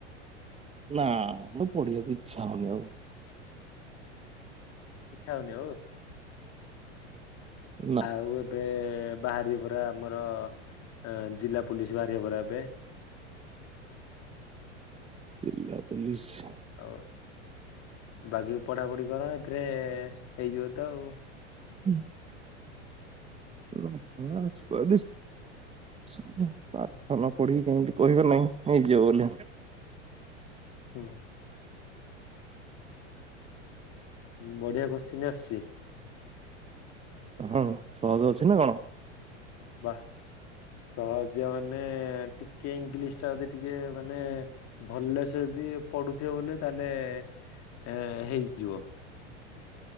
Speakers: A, on the right (about 15°); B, on the left (about 45°).
A: ନା ମୁଁ ପଢିଆକୁ ଇଚ୍ଛା ହଉନି ଆଉ।
B: ହ ଇଚ୍ଛା ହଉନି ଆଉ
A: ନା
B: ଆଉ ଏବେ ବାହାରିବ ପରା ଆମର ଏଁ ଜିଲ୍ଲା ପୋଲିସ ବାହାରିବ ପରା ଏବେ।
A: ଜିଲ୍ଲା ପୋଲିସ
B: ଆଉ ବାଗେଇକି ପଢାପଢି କର ଏଥିରେ ହେଇଯିବ ତ ଆଉ।
A: ହୁଁ। <unintelligible> <unintelligible> ପାଠ ନ ପଢିକି କେମିତି କହିବେ ନେଇଁ ନେଇଯିବ ବୋଲି।
B: ହୁଁ। ହୁଁ ବଢିଆ କୋଶଚିନି ଆସୁଚି।
A: ହଁ ସହଜ ଅଛି ନା କଣ?
B: ବାଃ ସହଜ ମାନେ ଟିକେ ଇଂଲିଶ ଟା ଯଦି ଟିକେ ମାନେ ଭଲ ସେ ଯଦି ପଢୁଥିବ ବୋଲେ ତାହେଲେ ଏ ହେଇଯିବ।